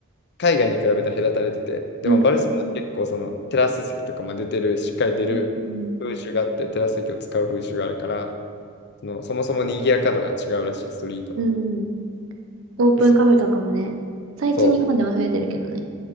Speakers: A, on the left; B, on the right.
A: 海外に比べたら隔たれてて、でもバルセロナは結構そのテラス席とかも出てる、
B: うん。
A: しっかり出る風習があって、
B: うん
A: テラス席を使う風習があるから、その、そもそも賑やか度が違うらしい、ストリートの。
B: うん。うんオープンカフェとかもね。
A: で、そ、
B: 最近日本では増えてるけどね。
A: そう、